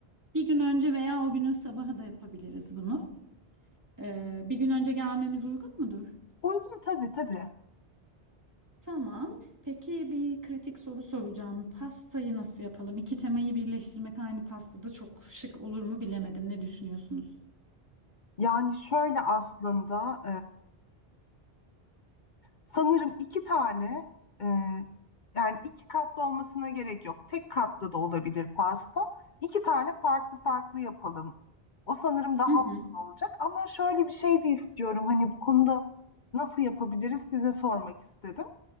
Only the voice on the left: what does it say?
Uygun tabii tabii.
Yani şöyle aslında Sanırım iki tane e, yani iki katlı olmasına gerek yok. Tek katlı da olabilir pasta. İki tane farklı farklı yapalım. O sanırım daha
uygun olacak. Ama şöyle bir şey de istiyorum. Hani bu konuda nasıl yapabiliriz size sormak istedim.